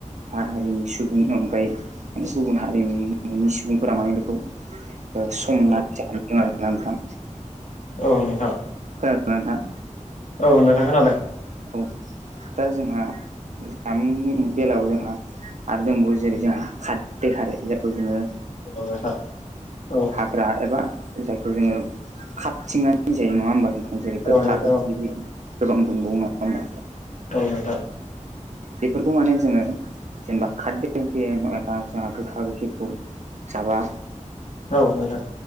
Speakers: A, on the right; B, on the left.
A: हारिनि सुबुंनि अनगायै माने गुबुन हारिनि सुबुंफोरा माने बेखौ संनानै जानोदों <unintelligible> आरो नोंथां
B: औ नोंथां
A: खोनादों ना नोंथां?
B: औ नोंथां खोनादों।
A: औ दा जोंहा। जामुंनि बेलायाव जोंहा आरो दंबावो जेरै जोंहा खारदै खारै जायखौ जोंङो
B: औ नोंथां औ।
A: हाग्रा एबा जायखौ जोङो खाबथिंनानै जायो नङा ओमबा जों जेरै
B: खोनादों
A: गोखा गोखै गोबां दंबावो नङा ओमबा
B: औ नोंथां
A: बेफोरखौ माने जोङो जेनेबा खारदै ओंख्रि एबा जा गोखा गोखैखौ जाबा
B: औ नोंथां औ नोंथां औ नोंथां